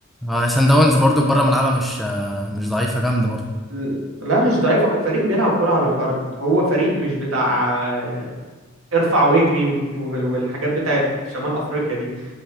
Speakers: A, in the centre; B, on the right (about 75°).
A: آه سان داونز برضو بره ملعبها مش آه مش ضعيفه جامده برضو
B: ل- لا مش ضعيفه كفريق بيلعب كرة على الارض هو فريق مش بتاع آه، ارفع واجري وال- وال- والحاجات بتاعت شمال افريقيا دي